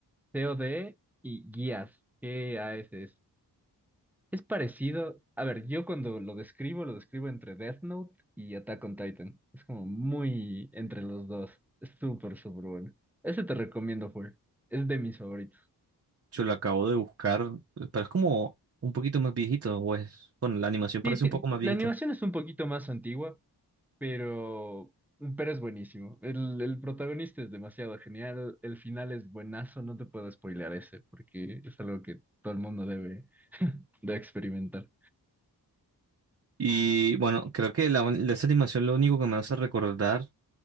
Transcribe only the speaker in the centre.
C-O-D, y Guías, G-A-S-S. Es parecido. A ver, yo cuando lo describo, lo describo entre Death Note y Attack on Titan. Es como muy entre los dos. Es súper, súper bueno. Ese te recomiendo full. Es de mis favoritos.
Sí, sí,
la
animación es un poquito más antigua, pero, pero es buenísimo. El, el protagonista es demasiado genial. El final es buenazo. No te puedo spoilear ese, porque es algo que todo el mundo debe, debe experimentar.